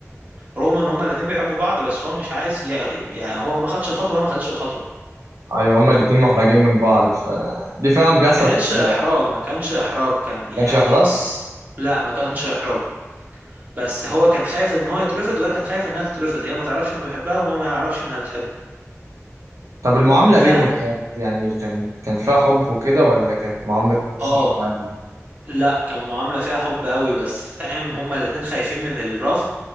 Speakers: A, on the right; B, on the right.
A: رغم ان هما الاتنين بيحبوا بعض بس هو مش عايز ي... يعني هو ما خدش الخطوه وهي ما خدتش الخطوه
B: ايوه هما الاتنين محرجين من بعض فدي فعلا بيحصل
A: ما كانتش
B: في الحقيقه
A: احراج
B: ما
A: ما كانش احراج كان يعني
B: كانش احراج
A: س- لا ما كانش احراج بس هو كان خايف ان هو يترفض وهي كان خايف انها تترفض هي ما تعرفش انه بيحبها وهو ما يعرفش انها بتحبه
B: طب المعامله
A: ف
B: بينهم كانت يعني كان كان فيها حب وكده ولا كانت معامله صحاب
A: اه
B: عادي
A: لا كان معاملة فيها حب قوي بس فاهم هما الاتنين خايفين من الرفض